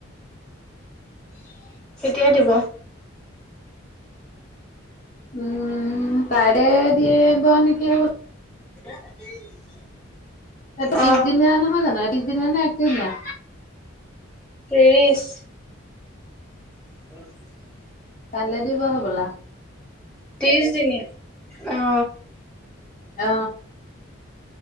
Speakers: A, on the left; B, in the centre.
A: <inaudible>
B: কেতিয়া দিব?
A: উম, কাইলৈ দিয়ে ব, ন, কি হ
B: <inaudible>
A: ত্ৰিছদিনীয়া
B: অ
A: নহয় জানো, ত্ৰিছ দিনীয়া নে, একত্ৰিছদীনিয়া?
B: ত্ৰিছ। <inaudible>
A: কাইলৈ দিব হ'বলা।
B: ত্ৰিছদিনীয়া, অ।
A: অ।